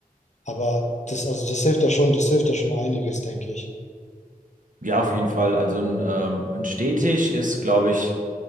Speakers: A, on the left; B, on the right.
A: aber das, also das hilft da schon, das hilft da schon einiges, denke ich.
B: Ja, auf jeden Fall. Also ein, ähm, ein Stehtisch ist, glaube ich,